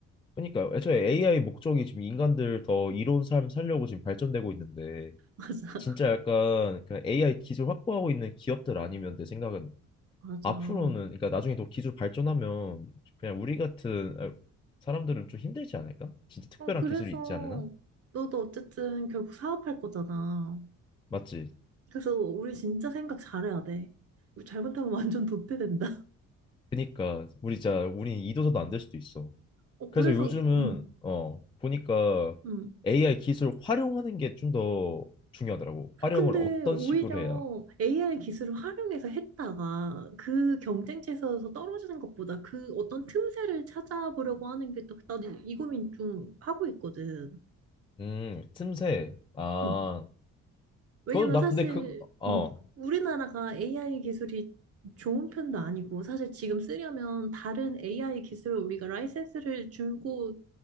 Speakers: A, on the left (about 15°); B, on the right (about 50°).
A: 그러니까 애초에 AI 목적이 지금 인간들 더 이로운 삶 살려고 지금 발전되고 있는데
B: <laughs> 맞아,
A: 진짜 약간 그 AI 기술 확보하고 있는 기업들 아니면 내 생각은
B: 맞아.
A: 앞으로는
B: 어,
A: 그러니까 나중에 더 기술 발전하면 그냥 우리 같은 아, 사람들은 좀 힘들지 않을까? 진짜 특별한
B: 그래서
A: 기술이 있지 않나
B: 너도 어쨌든 결국 사업할 거잖아.
A: 맞지?
B: 그래서 우리 진짜 생각 잘해야 돼. 우리 잘못하면 완전 도태된다. <laughs>
A: 그니까 우리 진짜 우리 이도서도 안 될 수도 있어.
B: 어,
A: 그래서
B: 그래서,
A: 요즘은
B: 이- 응,
A: 어 보니까
B: 응.
A: AI 기술 활용하는 게 좀 더 중요하더라고. 활용을
B: 근데
A: 어떤
B: 오히려
A: 식으로 해야?
B: AI 기술을 활용해서 했다가 그 경쟁체에서 떨어지는 것보다 그 어떤 틈새를 찾아보려고 하는 게 또, 나도 이 고민 좀 하고 있거든.
A: 음, 틈새. 아,
B: 응. 왜냐면
A: 그건 나
B: 사실,
A: 근데 그 어.
B: 응. 우리나라가 AI 기술이 좋은 편도 아니고, 사실 지금 쓰려면 다른 AI 기술을 우리가 라이센스를 주고,